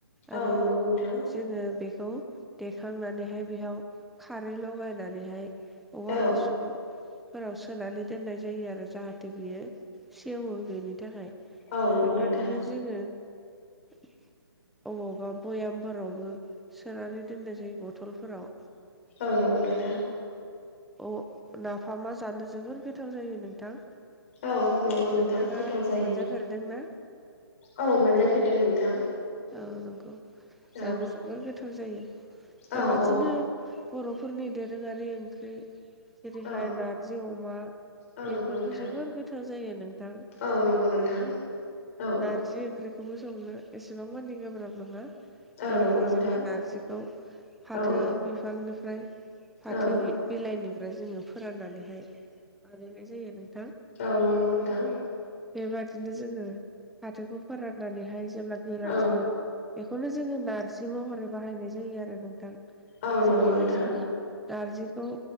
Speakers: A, in the centre; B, on the left.
A: आरो
B: औ नंगौ नोंथां।
A: जोङो बेखौ देखांनानैहाय बेयाव खारै लगायनानैहाय औवा
B: औ
A: हासुं फोराव सोनानै दोननाय जायो आरो जाहाथे बियो सेवो बेनि थाखाय
B: औ नंगौ
A: बेबादिनो
B: नोंथां
A: जोङो अबावबा भयामफोरावबो सोनानै दोननाय जायो ब टलफोराव
B: आं नंगौ नोंथां।
A: अ नाफामा जानो जोबोर गोथाव जायो नोंथां।
B: औ नंगौ नोंथां
A: नोंथाङा
B: गोथाव जायो
A: मोनजाफेरदोंना
B: औ मोनजाफेरदों नोंथां।
A: औ नंगौ
B: औ
A: जानो जोबोर गोथाव जायो। बेबादिनो
B: औ औ
A: बर'फोरनि दोरोङारि ओंख्रि जेरैहाय
B: औ
A: नारजि अमा
B: औ
A: बेफोरबो
B: नंगौ नोंथां
A: जोबोर गोथाव जायो नोंथां
B: औ नंगौ नोंथां औ
A: जि ओंख्रिखौबो संनो एसेबां मानि गोब्राब नङा।
B: औ
A: जेरैहाय
B: नंगौ नोंथां
A: जोङो नारजिखौ फाथो
B: औ
A: बिफांनिफ्राय फाथो
B: औ
A: बिलाइनिफ्राय जोङो फोराननानैहाय बानायनाय जायो नोंथां।
B: औ नंगौ नोंथां।
A: बेबादिनो जोङो फाथोखौ फोराननानैहाय जेब्ला गोरान
B: औ
A: जागोन बेखौनो जोङो नारजि महरै बाहायनाय जायो आरो नोंथां
B: औ नंगौ
A: जेरैहाय
B: नोंथां
A: जोङो नार्जिखौ